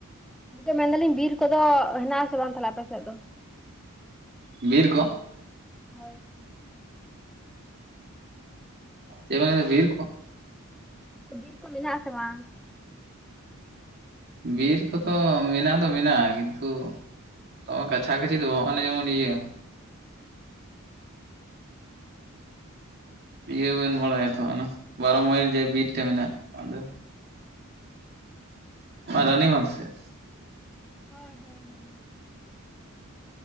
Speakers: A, in the centre; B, on the right (about 50°).
A: ᱜᱚᱢᱠᱮ ᱢᱮᱱᱫᱟᱞᱤᱧ ᱵᱤᱨ ᱠᱚᱫᱚ ᱦᱮᱱᱟᱜ ᱟᱥᱮ ᱵᱟᱝ ᱛᱟᱦᱚᱞᱮ ᱟᱯᱮ ᱥᱮᱫ ᱫᱚ?
B: ᱵᱤᱨ ᱠᱚ᱾
A: ᱦᱳᱭ
B: ᱪᱮᱫ ᱢᱮᱱ ᱡᱮᱫᱟ ᱵᱤᱨ ᱠᱚ?
A: ᱵᱤᱨ ᱠᱚ ᱢᱮᱱᱟᱜᱼᱟ ᱥᱮ ᱵᱟᱝ?
B: ᱵᱤᱨ ᱠᱚᱫᱚ ᱢᱮᱱᱟᱜ ᱫᱚ ᱢᱮᱱᱟᱜᱼᱟ, ᱠᱤᱱᱛᱩ ᱛᱚ ᱠᱟᱪᱷᱟ ᱠᱟᱪᱷᱤ ᱫᱚ ᱵᱟᱝ ᱱᱚᱼᱚᱱᱰᱮ ᱡᱮᱢᱚᱱ ᱤᱭᱟᱹ ᱤᱭᱟᱹ ᱵᱮᱱ ᱵᱟᱲᱟᱭᱟ ᱛᱚ ᱚᱱᱟ ᱵᱷᱟᱨᱚ ᱢᱟᱭᱤᱞ ᱵᱤᱨ ᱴᱷᱮᱱ ᱢᱮᱱᱟᱜ ᱚᱸᱰᱮ᱾ ᱨᱟᱱᱤᱢᱟᱱ ᱥᱮᱫ᱾
A: ᱦᱳᱭ ᱦᱳᱭ ᱦᱳᱭ᱾